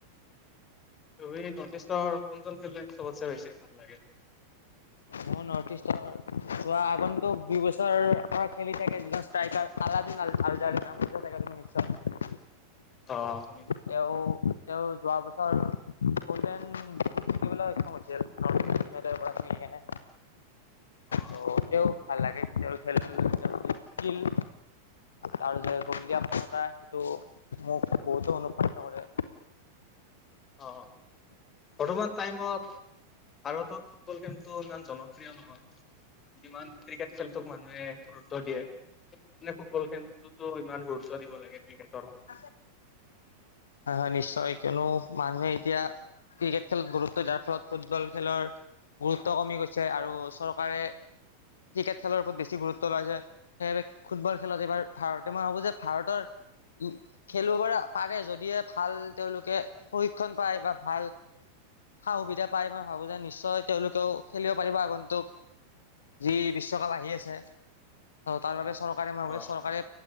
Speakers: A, on the left; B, on the left.
A: তুমি নৰ্থ ইষ্টৰ কোনজন খেলোৱৈ চবতছে বেছি ভাল লাগে?
B: মোৰ নৰ্থ ইষ্টৰ যোৱা আগন্তুক দুই বছৰৰ পৰা খেলি থাকে যিজন ষ্ট্ৰাইকাৰ আলা <unintelligible> নাম শুনিছা চাগে তুমি নিশ্চয়?
A: অ শুনিছো।
B: তেওঁ তেওঁ যোৱা বছৰ গল্ডেন বোট জিকিবলৈ সক্ষম হৈছিল নৰ্থ ইষ্ট ইউনাইটেডৰ পৰা খেলি কিনে,
A: অ'।
B: ত' তেওঁ ভাল লাগে তেওঁৰ খেল তেওঁলোকে স্কিল তাৰ যে গল দিয়া <unintelligible> সেইটো মোক বহুতো অনুপ্ৰাণিত কৰে।
A: অ, বৰ্তমান টাইমত ভাৰতত ফুটবল খেলটো ইমান জনপ্ৰিয় নহয় যিমান ক্ৰিকেট খেলটোক মানুহে গুৰুত্ব দিয়ে। মানে ফুটবল খেলতোটোৰ ইমান গুৰুত্ব দিব লাগে, ঠিক আছে
B: <inaudible> হা হয় নিশ্চয় কিয়নো মানুহে এতিয়া ক্ৰিকেট খেল গুৰুত্ব দিয়াৰ ফলত ফুটবল খেলৰ গুৰুত্ব কমি গৈছে আৰু চৰকাৰে ক্ৰিকেট খেলৰ ওপৰত বেছি গুৰুত্ব লাইছে সেইবাবে ফুটবল খেলত এইবাৰ ভাৰতে মই ভাবোঁ যে ভাৰতৰ উ, খেলিব পৰা পাৰে যদিহে ভাল তেওঁলোকে প্ৰশিক্ষণ পায় বা ভাল সা - সুবিধা পায়, মই ভাবো যে নিশ্চয় তেওঁলোকেও খেলিব পাৰিব আগন্তুক যি বিশ্বকাপ আহি আছে, ত তাৰ বাবে চৰ কাৰে মই ভাবো
A: অ
B: এ চৰকাৰে